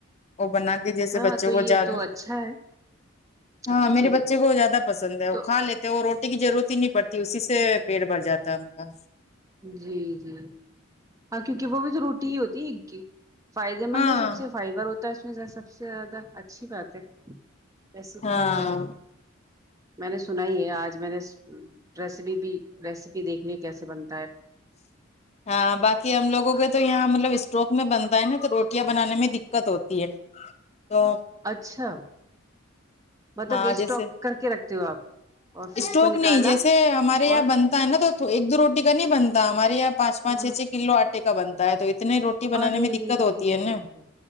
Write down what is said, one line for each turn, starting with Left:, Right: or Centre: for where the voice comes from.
Left: وہ بنا کے جیسے
Right: ہاں
Left: بچوں
Right: تو یہ
Left: کو زیادہ
Right: تو اچھا ہے
Left: ہاں
Right: اچھی
Left: میرے
Right: چیز
Left: بچے
Right: ہے
Left: کو زیادہ پسند ہے وہ
Right: تو
Left: کھا لیتے تو وہ روٹی کی ضرورت ہی نہیں پڑتی اسی سے پیٹ بھر جاتا ہے ان کا
Right: جی جی ہاں کیونکہ وہ بھی تو روٹی ہی ہوتی ہے ایک کی فائدے مند
Left: ہاں
Right: ہے سب سے فائبر ہوتا ہے اس میں سب سے زیادہ اچھی بات ہے ویسے
Left: ہاں
Right: تو میں نے سنا ہی ہے آج میں نے ریسیپی بھی ریسیپی دیکھ لی کیسے بن
Left: ہاں باقی ہم لوگوں کو تو یہاں مطلب اسٹروک میں بنتا ہے نا تو روٹیاں بنانے میں دککت ہوتی ہے تو
Right: اچھا مطلب
Left: ہاں
Right: اسٹاک
Left: جیسے
Right: کر کے رکھتے ہو آپ اور پھر
Left: اسٹوک
Right: اس کو نکالا
Left: نہیں جیسے ہمارے یہاں
Right: اور
Left: بنتا ہے نا تو ایک دو روٹی کا نہیں بنتا ہمارے یہاں پانچ پانچ
Right: ہ
Left: چھ چھ کلو آٹے کا بنتا ہے تو اتنے روٹی بنانے
Right: ارے
Left: میں دککت ہوتی ہے نا
Right: باپ رے